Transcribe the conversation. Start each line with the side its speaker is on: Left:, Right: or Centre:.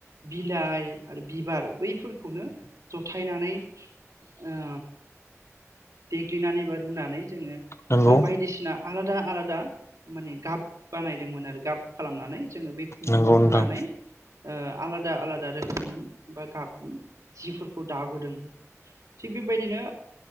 Right: बिलाइ आरो बिबार बैफोरखौनो जथायनानै। आ देग्लिनानै एबा रुनानै जोङो
Left: नंगौ
Right: बायदिसिना आलादा आलादा माने गाब बानायदोंमोन आरो गाब खालामनानै। जोङो बे खुन्दुंाव
Left: नंगौ नोंथां
Right: होनानै आलादा आलादाोमोन। ओंखामनि बा गाबनि जिफोरखौ दाबोदों। थिग बेबायदिनो